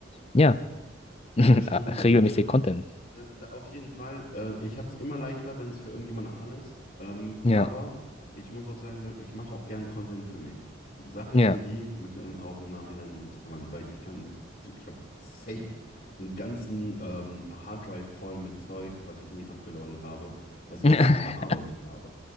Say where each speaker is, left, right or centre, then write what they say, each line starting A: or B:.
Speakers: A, on the left; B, on the left.
A: ja, <laughs>
B: das stimmt wohl.
A: regelmäßig
B: Das
A: Content.
B: Äh, da- Auf jeden Fall. Äh, ich habe es immer leichter, wenn es für irgendjemand anderen ist. Ähm,
A: Ja,
B: aber ich muss auch sagen, so, ich mache auch gern Content für mich. Sache
A: ja,
B: ist nur die, mich dann auch im Nachhinein drum zu kümmern, weil ich kann, ich habe safe einen ganzen ähm, Harddrive voll mit Zeug, was ich nie abgeloadet habe, was ich
A: <laughs>
B: auch nie bearbeitet habe.